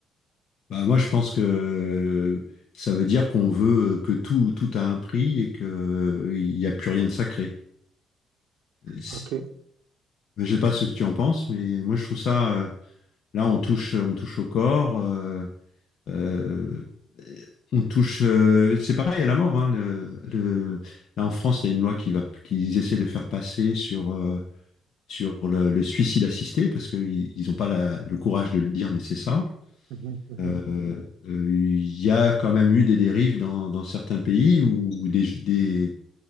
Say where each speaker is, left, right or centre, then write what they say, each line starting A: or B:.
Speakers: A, on the left; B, on the right.
A: Bah, moi, je pense que ça veut dire qu'on veut euh, que tout, tout a un prix et que il n'y a plus rien de sacré. Et si-
B: OK.
A: Je sais pas ce que tu en penses, mais moi, je trouve ça, euh, là, on touche, on touche au corps, euh, euh, on touche, euh, c'est pareil à la mort, hein, le, le- là, en France, il y a une loi qui va, qu'ils essaient de faire passer sur, euh, sur le, le suicide assisté parce qu'ils n'ont pas la- le courage de le dire, mais c'est ça.
B: Mhm, mhm,
A: Euh, euh, Il y a quand même eu des dérives dans, dans certains pays où des, des-